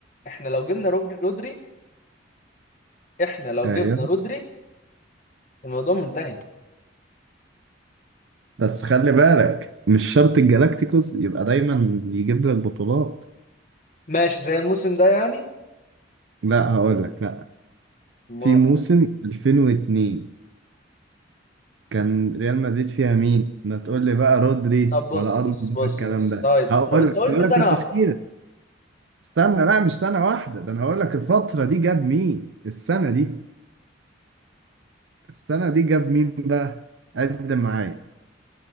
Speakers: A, on the left; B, on the right.
A: احنا لو جبنا رود- رودري احنا لو
B: ايوه
A: جبنا رودري الموضوع منتهي
B: بس خلي بالك مش شرط الجالاكتيكوس يبقى دايما يجيب لك بطولات
A: ماشي زي الموسم ده يعني
B: لا هقول لك لا
A: ما...
B: في موسم 2002 كان ريال مدريد فيها مين؟ ما تقول لي بقى رودري
A: طب بص
B: ولا
A: بص
B: ارنولد
A: بص
B: ولا الكلام
A: بص
B: ده
A: طيب
B: هقول
A: انت انت
B: لك
A: قلت
B: هقول
A: سنة
B: لك التشكيله
A: واحدة
B: استنى لا مش سنه واحده ده انا هقول لك الفتره دي جاب مين السنه دي السنه دي جاب مين بقى قدم معايا